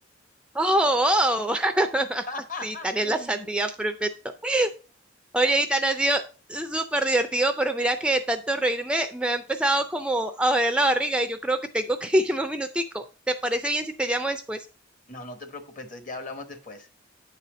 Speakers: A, in the centre; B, on the left.
A: Oh, oh. <laughs>
B: <laughs>
A: Sí, tan es la sandía, perfecto. Oye, y tan ha sido súper divertido, pero mira que de tanto reírme me ha empezado como a doler la barriga y yo creo que tengo que <laughs> irme un minutico. ¿Te parece bien si te llamo después?
B: No, no te preocupes, entonces ya hablamos después.